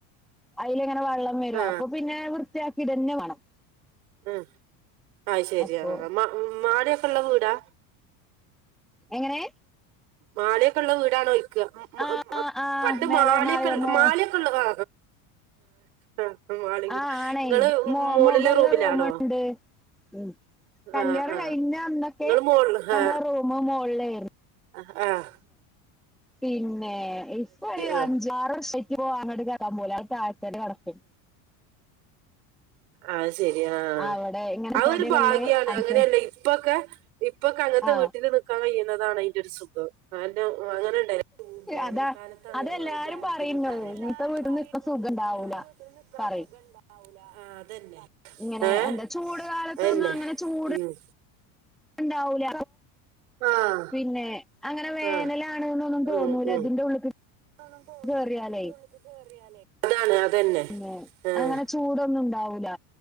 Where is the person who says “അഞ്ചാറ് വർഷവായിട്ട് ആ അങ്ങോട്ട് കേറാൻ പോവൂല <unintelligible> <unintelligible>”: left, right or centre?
Centre